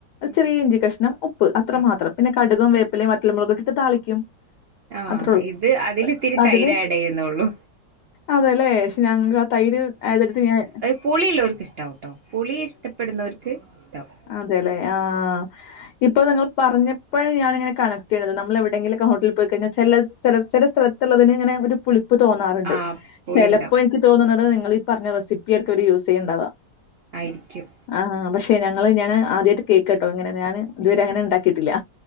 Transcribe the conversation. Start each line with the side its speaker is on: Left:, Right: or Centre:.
Right: ഉം
Left: ചെറിയ ഇഞ്ചി കഷ്ണം ഉപ്പ് അത്ര
Right: ആഹ്
Left: മാത്രം പിന്നെ കടുകും വേപ്പലയും വറ്റൽ മുളകും ഇട്ടിട്ട് താളിക്കും
Right: ആഹ്
Left: അത്രള്ളു
Right: ഇത് അതില് ഇത്തിരി
Left: അതില്
Right: തൈര് ആഡ് ചെയ്യുന്നൊള്ളൂ
Left: അതല്ലേ ക്ഷെ ഞങ്ങക്ക് ആ തൈര് അതെടുത്ത് ഞാൻ
Right: പുളിള്ളവർക്ക് ഇഷ്ടവൂട്ടോ പുളി ഇഷ്ടപ്പെടുന്നവർക്ക് ഇഷ്ട്ടവും
Left: അതെല്ലേ ആഹ് ഇപ്പൊ നിങ്ങൾ പറഞ്ഞപ്പഴ ഞാനിങ്ങനെ കണക്ട് ചെയ്യണത് നമ്മൾ എവിടെയെങ്കിലും ഹോട്ടിൽ പോയി കഴിഞ്ഞാൽ ചില ചെലെ സ്ഥലത് ത്തിള്ളതിനിങ്ങനെ ഒര് പുളി പ്പ തോന്നാറുണ്ട്
Right: ആഹ് പുളിണ്ടാവും
Left: ചിലപ്പോ എനിക്ക് തോന്നണത് നിങ്ങള് ഈ പറഞ്ഞ റെസിപ്പിയർക്കും അവര് യൂസ് ചെയ്യണ്ടവാ
Right: ആയിരിക്കും
Left: ആഹ് പക്ഷേ ഞങ്ങള് ഞാന് ആദ്യായിട്ട് കേക്കട്ടോ ഇങ്ങനെ ഞാന് ഇതുവരെ അങ്ങനെ ഇണ്ടാക്കിട്ടില്ല